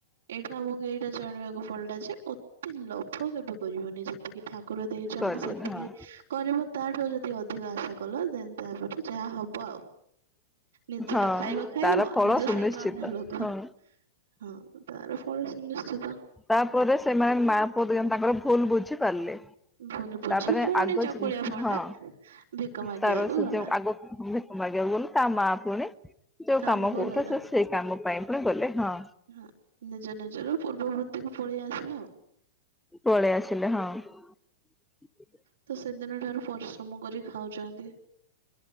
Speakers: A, on the right; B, in the centre.
A: ଏଇଟା ଆମକୁ ଏଇଟା ଜାଣିବାକୁ ଫଲଟା ଯେ ଅତେ ଲୋଭ କେବେ କରିବନି ଯଦି ସେତିକି ଠାକୁର ଦେଇଛନ୍ତି
B: କରିବନି
A: ସେତିକି
B: ହଁ
A: କରିବ ତାଠୁ ଯଦି ଅଧିକ ଆଶା କଲ ଦେନ୍ ତାପରେ ଯାହା ହବ ଆଉ। ନିଜେ
B: ହଁ
A: ତ ଖାଇବ ଖାଇବ
B: ତାର ଫଳ
A: ନିଜ
B: ସୁନିଶ୍ଚିତ
A: ସହିତ ଅନ୍ୟ ଲୋକ
B: ହଁ
A: ହଁ ତାର ପଳ ସୁନିଶ୍ଚିତ ଯିବ
B: ତାପରେ ସେମାନେ ମା ପୁଅ ତାଙ୍କର ଭୁଲ ବୁଝି ପାରିଲେ
A: ଭୁଲ ବୁଝି
B: ତାପରେ
A: ପୁଣି
B: ଆଗ
A: ଚକୁଳିଆ ପଣ୍ଡା
B: ହଁ
A: ଭିକ ମାଗିବାକୁ
B: ତାର ସେ
A: ଗଲା।
B: ଯୋଉ ଆଗ ମାଗିବାକୁ ଗଲେ ତା ମା ପୁଣି ଯୋଉ
A: କାମକୁ
B: କାମ କରୁଥା
A: ଗଲା
B: ସେ ସେଇ କାମ ପାଇଁ ପୁଣି ଗଲେ ହଁ
A: ହଁ ନିଜ ନିଜର ପୂର୍ବବୃତ୍ତିକୁ ପଳେଇ ଆସିଲା ଆଉ।
B: ପଳେଇ ଆସିଲେ ହଁ। <inaudible>
A: ତ ସେଦିନ ଠାରୁ ପରିଶ୍ରମ କରି ଖାଉ ଚନ୍ତି।